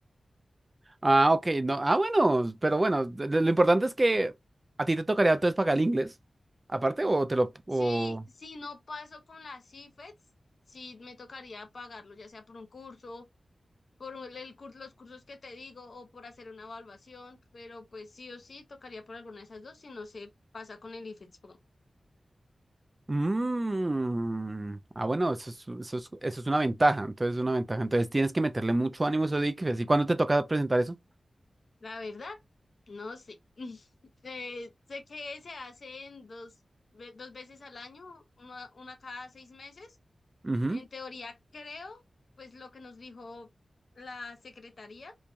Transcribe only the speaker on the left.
Si,
si no paso con las IFETs, sí me tocaría pagarlo, ya sea por un curso, por un- el, cur- los cursos que te digo, o por hacer una evaluación, pero pues sí o sí tocaría por alguna de esas dos si no se pasa con el IFETs.
La verdad, no sé. <laughs> Eh, sé que se hacen dos, ve- dos veces al año, una, una cada seis meses.
En teoría, creo, pues lo que nos dijo la secretaría